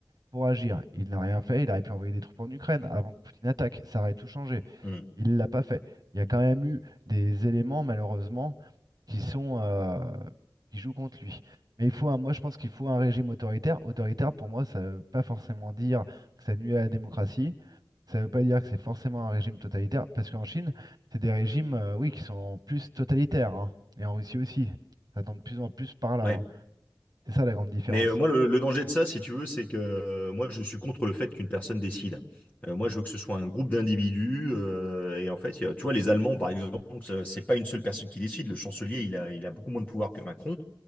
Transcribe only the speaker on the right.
pour agir. Il n'a rien fait, il aurait pu envoyer des troupes en Ukraine avant que Poutine attaque, ça aurait tout changé.
Il l'a pas fait. Il y a quand même eu des éléments, malheureusement, qui sont euh, qui jouent contre lui. Mais il faut un- moi je pense qu'il faut un régime autoritaire. Autoritaire, pour moi, ça ne veut pas forcément dire que ça nuit à la démocratie. Ça ne veut pas dire que c'est forcément un régime totalitaire, parce qu'en Chine, c'est des régimes, euh, oui, qui sont en plus totalitaires, hein. Et en Russie aussi. Ça tend de plus en plus par là,
hein. C'est ça la grande différence.